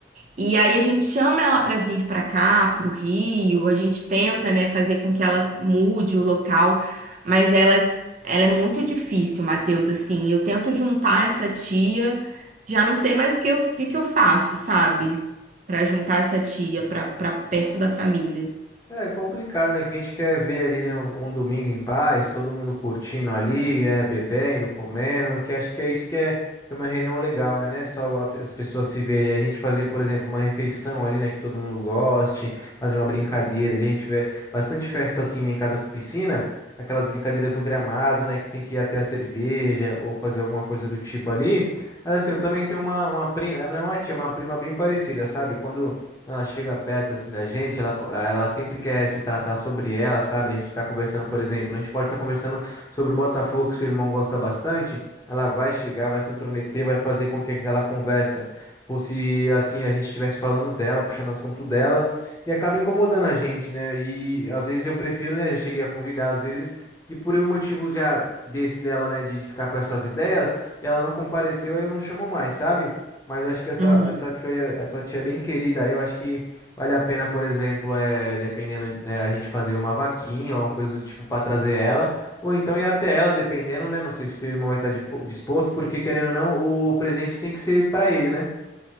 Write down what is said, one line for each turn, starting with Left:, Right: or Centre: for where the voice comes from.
Right: E aí a gente chama ela para vir para cá, pro Rio, a gente tenta, né, fazer com que ela mude o local, mas ela ela é muito difícil, Matheus, assim. Eu tento juntar essa tia, já não sei mais o que eu, o que que eu faço, sabe? Para juntar essa tia para para perto da família.
Left: É complicado, né? Que a gente quer ver ali, né? Um um domingo em paz, todo mundo curtindo ali, é, bebendo, comendo, que acho que é isso que é, que é uma reunião legal, né? Não é só a pe- as pessoas se verem, a gente fazer, por exemplo, uma refeição ali, né? Que todo mundo goste, fazer uma brincadeira ali, a gente tiver bastante festa assim, né, em casa com piscina, aquelas brincadeiras no gramado, né? Que tem que ir até a cerveja ou fazer alguma coisa do tipo ali. Mas assim, eu também tenho uma, uma prima, ela não é uma tia, é uma prima bem parecida, sabe? Quando ela chega perto assim da gente, ela, co- ela sempre quer se tratar sobre ela, sabe? A gente tá conversando, por exemplo, a gente pode estar conversando sobre o Botafogo que seu irmão gosta bastante. Ela vai chegar, vai se intrometer, vai fazer com que aquela conversa fosse assim, a gente estivesse falando dela, puxando o assunto dela, e acaba incomodando a gente, né? E às vezes eu prefiro, né? Já cheguei a convidar às vezes, e por um motivo já desse dela, né, de de ficar com essas ideias, ela não compareceu, aí eu não chamo mais, sabe? Mas eu acho que essa,
Right: Uhum.
Left: essa tia, essa tia é bem querida. Aí eu acho que vale a pena, por exemplo, é, dependendo, né, a gente fazer uma vaquinha ou uma coisa do tipo para trazer ela. Ou então ir até ela, dependendo, né? Não sei se o irmão vai estar dipo- disposto, porque querendo ou não, o presente tem que ser para ele, né?